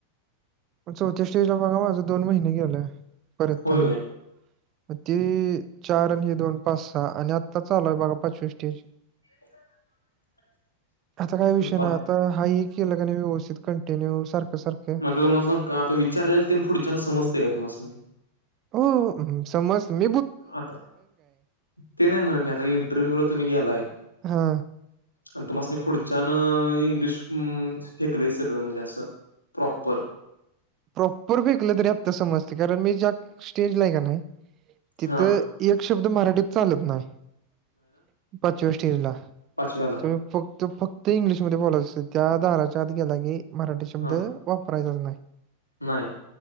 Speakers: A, on the right; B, on the left.
A: मग चौथ्या स्टेज ला बघा माझं दोन महिने गेल, परत
B: होय
A: आणि
B: काय
A: म ते चार आणि हे दोन पाच, सहा आणि आत्ता चालू हाय बघा पाचवी स्टेज.
B: <unintelligible>
A: आता काय विषय
B: मग
A: नाही आता हाय हे केल कनी व्यवस्थित कंटिन्यू सारखं, सारखं
B: तुम्हाला सांगू का आता विचारलेलं तेन पुढच्यांना समजतेय का तुम्हास्नी?
A: हो हम्म. समज म
B: आता ते नाही म्हणत मी आता इंटरव्ह्यू व तुम्ही गेलाय
A: हा.
B: आणि तुम्हासणी पुढच्यान इंग्लिश उम्म फेकलय सगळं म्हणजे असं प्रॉपर.
A: प्रॉपर फेकलं तरी आत्ता समजते कारण मी ज्या स्टेजला हाय का नाय तिथं
B: हा
A: एक शब्द मराठीत चालत नाही पाचव्या स्टेजला
B: पाचव्याला
A: तू फक्त फक्त इंग्लिशमध्ये बोलायच त्या दाराच्या आत गेला की मराठी शब्द
B: हा
A: वापरायचाच नाय.
B: नाही.